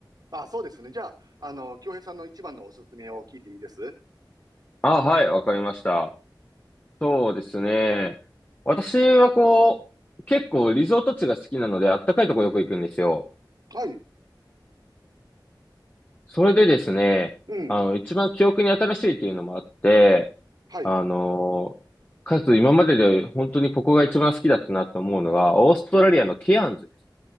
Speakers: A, on the right (about 50°); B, on the left (about 20°).
A: あ、そうですね。じゃあ、あの、京平さんの一番のおすすめを聞いていいです
B: あ、はい、わかりました。そうですね。私はこう、結構リゾート地が好きなので、あったかいとこよく行くんですよ。
A: はい。
B: それでですね、
A: うん。
B: あの、一番記憶に新しいっていうのもあって、
A: はい。
B: あの、かつ今までで本当にここが一番好きだったなって思うのが、オーストラリアのケアンズです。